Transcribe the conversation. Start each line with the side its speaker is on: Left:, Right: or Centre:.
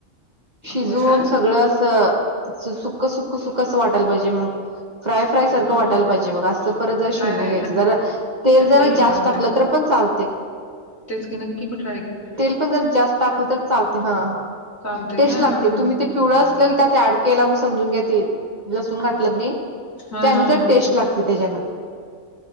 Right: शिजून
Left: होय का?
Right: सगळं असं असं सुख- सुख-सुख असं वाटायला पाहिजे मग फ्राय- फ्राय सारखं
Left: हा
Right: वाटायला
Left: हा.
Right: पाहिजे बघा, असं परत जरा शिजून
Left: नाही नाही
Right: घ्यायचं, जर तेल
Left: नक्की
Right: जरा जास्त
Left: करीन
Right: टाकलं
Left: ते.
Right: तर पण चालतयं.
Left: तेच की नक्की, म्हटंल.
Right: तेल पण जरा जास्त टाकलं तर चालतयं हं.. हं...
Left: चालतंय
Right: टेस्ट
Left: का?
Right: लागतंय,
Left: हा हा.
Right: तुम्हीं ते पिवळं असलेलं त्यात ऍड केला म्हणून समजून घ्या ते लसून घा टलं क नई
Left: हा
Right: त्यांनी
Left: हा
Right: तर
Left: हा.
Right: टेस्ट लागते त्यजा हेनं.